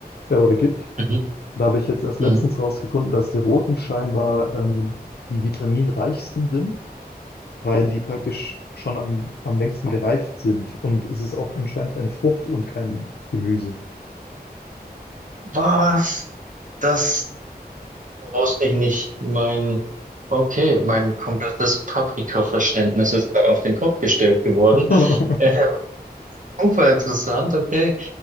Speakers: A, on the left; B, on the right.
A: äh, oder gibt.
B: Mhm.
A: Da habe ich jetzt erst letztens
B: Mhm.
A: rausgefunden, dass die roten scheinbar ähm, die vitaminreichsten sind weil die praktisch schon am, am längsten gereift sind. Und es ist auch anscheinend eine Frucht und kein Gemüse.
B: Was? Das wusste ich nicht. Mein, okay, mein komplettes Paprika-Verständnis ist gerade auf den Kopf gestellt geworden.
A: <laughs>
B: Äh, super interessant, okay.